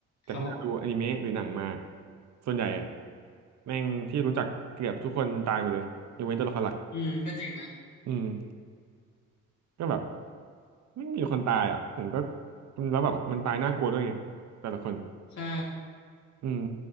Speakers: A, on the right; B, on the left.
A: จากที่เราดูอนิเมะหรือหนังมา
B: ครับผม
A: ส่วนใหญ่อะแม่งที่รู้จักเกือบทุกคนตายหมดเลยยกเว้นตัวละครหลัก
B: อืมก็จริงนะ
A: อืมก็แบบไม่มีคนตายอ่ะผมก็แล้วแบบมันตายน่ากลัวด้วยไงแต่ละคน
B: ใช่
A: อืม